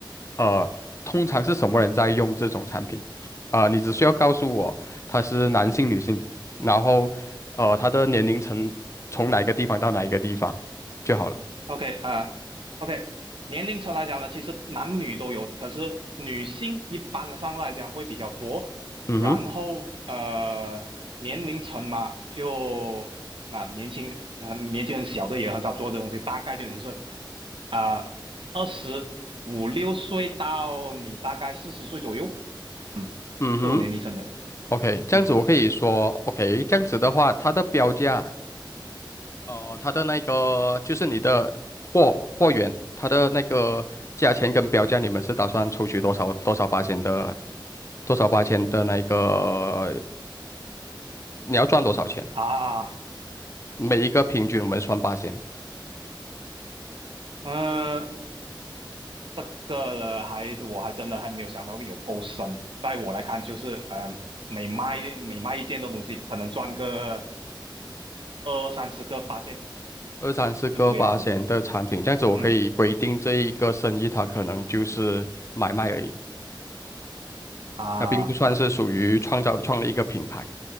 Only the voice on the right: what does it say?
OK，呃，OK，年龄层来讲呢，其实男女都有，可是女性一般上来讲会比较多。
然后呃，年龄层嘛，就那、年轻很年纪很小的也很少做这东西，大概就也是啊二十五六岁到你大概四十岁左右，嗯，
这种年龄层的，
嗯
啊，
呃，这个呢，还我还真的还没有想到有够深。在我来看，就是嗯、呃每卖每卖一件的东西，可能赚个二三十个八仙，
就这个样子。
嗯啊，